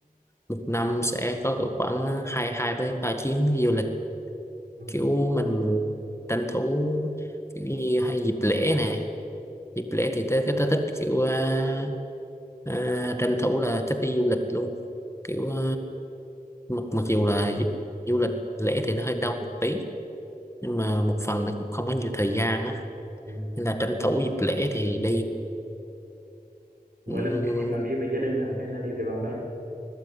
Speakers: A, on the left; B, on the right.
A: một năm sẽ có cỡ khoảng hai hai đến ba chuyến du lịch
B: ừ.
A: kiểu mình mình tranh thủ kiểu như hay dịp lễ nè dịp lễ thì tớ tớ thích kiểu à, à, tranh thủ là thích đi du lịch luôn kiểu à, mặc mặc dù là du, du lịch lễ thì nó hơi đông một tí nhưng mà một phần nó cũng không có nhiều thời gian á
B: Ừ.
A: nên là tranh thủ dịp lễ thì
B: mỗi
A: đi
B: lần thì bạn đi với gia đình hả hay là đi với bạn bè